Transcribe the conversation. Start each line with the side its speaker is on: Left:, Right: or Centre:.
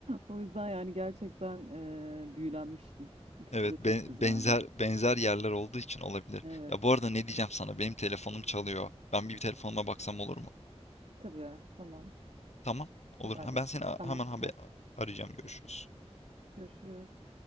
Right: O yüzden yani gerçekten e, büyülenmiştim. İkisi
Left: Evet
Right: de çok
Left: be-
Right: güzeldi.
Left: benzer benzer yerler olduğu için olabilir.
Right: Evet.
Left: Ya bu arada ne diyeceğim sana? Benim telefonum çalıyor. Ben bir telefonuma baksam olur mu?
Right: Tabii. Tamam.
Left: Tamam. Olur.
Right: Haberleşiriz.
Left: Ha, ben seni a-
Right: Tamam.
Left: hemen haber
Right: Hadi
Left: arayacağım. Görüşürüz.
Right: görüşürüz.